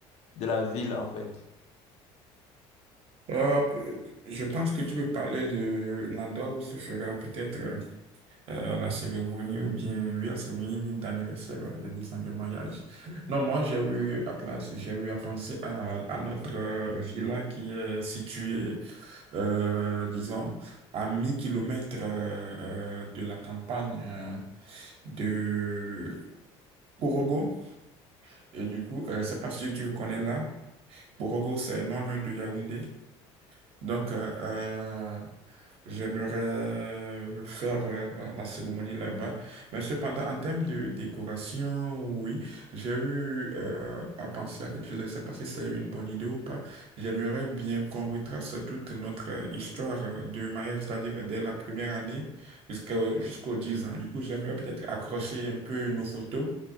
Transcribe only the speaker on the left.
de la ville, en fait?